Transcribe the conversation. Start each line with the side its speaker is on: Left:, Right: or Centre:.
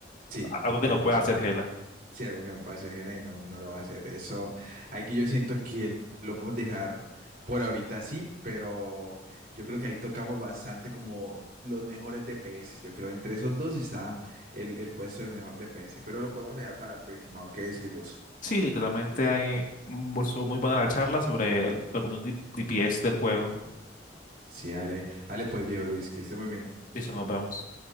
Right: Sí, literalmente.
Left: Algo que no puede hacer Hela.
Right: si algo que no puede hacer Jera y no, no lo va a hacer. Eso, aquí yo siento que lo podemos dejar por ahorita así, pero yo creo que ahí tocamos bastante como los mejores DPS. Yo creo entre esos dos está el, el puesto del mejor DPS, pero lo podemos dejar para la próxima. ¿o ¿Qué decís vos?
Left: Sí, literalmente hay, mm, estuvo muy buena la charla sobre algunos D- DPS del juego.
Right: Sí, dale, dale pues viejo Luis, que esté muy bien.
Left: Dice, nos vemos.